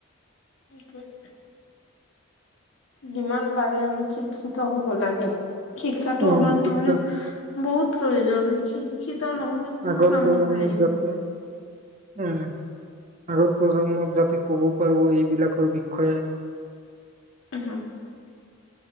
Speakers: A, on the left; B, on the right.
A: সেইটোৱে যিমান পাৰি আমি শিক্ষিত হব লাগে। শিক্ষাটো
B: অ
A: আমাৰ
B: শিক্ষা
A: কাৰণে বহুত প্ৰয়োজন শিক্ষিত নহলে কোনো
B: আগৰ
A: কামত
B: পৰা মোৰ
A: নাহিব।
B: যাতে উম আগৰ প্ৰজন্ম জাতি ক'ব পাৰো এইবিলাকৰ বিষয়ে
A: হ